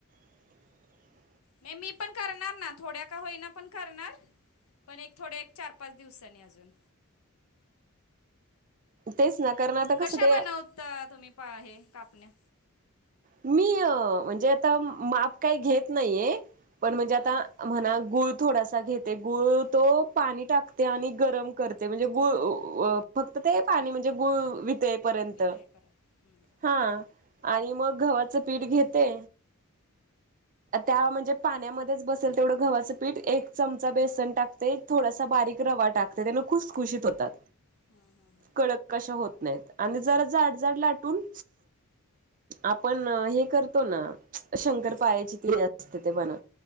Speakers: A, on the right; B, on the left.
A: <inaudible>
B: नाई मी पण करणार ना थोड्या का होईना पण करणार. पण एक थोडं एक चार पाच दिवसानी अजून.
A: तेच ना कारण आता कसं
B: कशा
A: ते
B: बनवता तुम्ही पा हे कापण्या
A: मी अ म्हणजे आता माप काही घेत नाहीये पण म्हणजे आता
B: हां हां
A: म्हणा गुळ थोडासा घेते गूळ तो पाणी टाकते आणि गरम करते म्हणजे गूळअ व फक्त ते पाणी म्हणजे गुळ वितळे पर्यंत
B: वितळेपर्यंत हम्म.
A: हां आणि मग गव्हाचं पीठ घेते त्या म्हणजे पाण्यामध्येच बसेल तेवढं गव्हाचं पीठ एक चमचा बेसन टाकते थोडासा बारीक रवा टाकते त्यामुळं खुस खुशीत होतात.
B: हां हां हां.
A: कडक कशा होत नाहीत आणि जरा जाड जाड लाटून आपण हे करतो ना शंकर पाळ्याची ती असते ते बना